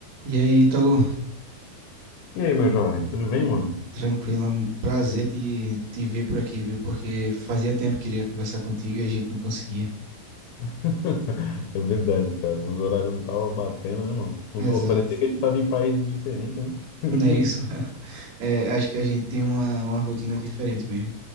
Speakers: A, on the right; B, on the left.
A: E aí, Ítalo,
B: E aí, meu jovem, tudo bem, mano?
A: tranquilo, é um prazer te, te ver por aqui, viu? Porque fazia tempo que queria conversar contigo e a gente não conseguia.
B: <laughs> É verdade, cara. Os horários não estavam batendo, né, mano? Os...
A: Exato.
B: hor- Parecia que a gente tava em países diferentes, né? <laughs>
A: Não é isso? <laughs> É, acho que a gente tem uma, uma rotina diferente mesmo.